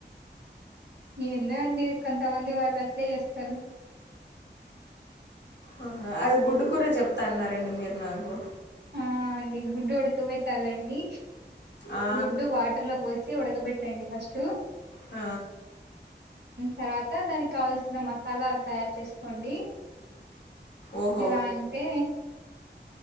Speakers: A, on the right; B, on the left.
A: ఎందు అండి కొంతమంది వాళ్ళు అట్లే చేస్తారు
B: ఆ అది గుడ్డు కూర చెప్తా అన్నారండి మీరు నాకు
A: ఆ అండి గుడ్డు ఉడకబెట్టాలండి
B: ఆ!
A: గుడ్డు వాటర్ లో పో ఒడగబట్టండి ఫస్ట్టు
B: ఆ
A: తర్వాత దానికి కావాల్సిన మసాలా తయారు చేసుకోండి
B: ఓహో!
A: ఎలా అంటే